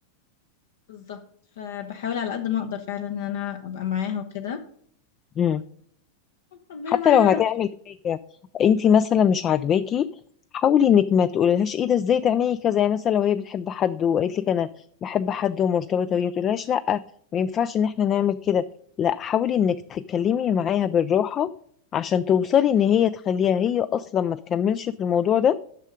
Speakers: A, on the left (about 60°); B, on the left (about 25°).
A: بالظبط فبحاول على قد ما اقدر فعلا ان انا ابقى معاها وكده
B: ده
A: ربنا
B: حتى
A: معانا
B: لو هتعمل
A: يا رب
B: حاجة انتي مثلا مش عاجباكي حاولي انك ما تقوليلهاش ايه ده ازاي تعملي كذا يعني مثلا لو هي بتحب حد وقالت لك انا بحب حد ومرتبطة بيه ما تقوليلهاش لا ما ينفعش ان احنا نعمل كده لا حاولي انك تتكلمي معاها بالراحة عشان توصلي ان هي تخليها هي اصلا ما تكملش في الموضوع ده